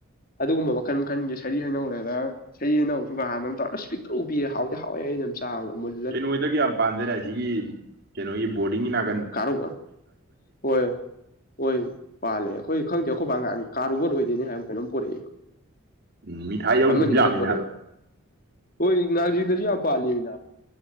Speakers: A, on the left; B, on the right.
A: ꯑꯗꯨꯒꯨꯝꯕ ꯃꯈꯜ ꯃꯈꯟꯒꯤ ꯁꯔꯤ ꯍꯩꯅꯧꯔꯦꯔ ꯁꯔꯤ ꯑꯅꯧꯁꯨ ꯍꯥꯟꯅ ꯏꯁ ꯄꯤꯛꯇ꯭ꯔꯨ ꯄꯤꯛꯑ ꯍꯥꯎꯗꯤ ꯍꯥꯎꯋꯦ ꯑꯩꯩꯅ ꯆꯥꯕ ꯃꯣꯏ
B: ꯀꯩꯅꯣꯗꯒꯤ ꯌꯥꯝ ꯄꯥꯟꯗꯅ ꯑꯁꯤꯒꯤ ꯀꯩꯅꯣꯒꯤ ꯕꯣꯔꯗꯤꯡꯒꯤ ꯅꯥ
A: ꯀꯔꯣ ꯀ ꯍꯣꯏ ꯍꯣꯏ ꯄꯥꯜꯂꯦ ꯑꯩꯈꯣꯏꯗꯤ ꯈꯪꯗꯦ ꯑꯩꯈꯣꯏꯕꯥ ꯉꯍꯥꯟ ꯀꯥ <unintelligible> ꯍꯥꯏꯕ꯭ꯔ ꯀꯩꯅꯣꯝ ꯄꯨꯔꯛꯑꯦꯕ
B: ꯎꯝ ꯃꯤꯊꯥꯏꯗꯧ
A: ꯑꯃꯅꯤ
B: ꯎꯝ
A: ꯈꯛꯇ
B: ꯌꯥꯝꯃꯤꯅꯦ
A: ꯄꯣꯔꯛꯑꯦ
B: ꯍꯥꯏꯕ
A: ꯍꯣꯏ ꯉꯥꯡꯖꯤꯡꯗꯁꯨ ꯌꯥꯝ ꯄꯥꯜꯂꯦꯃꯤ ꯅꯥꯕ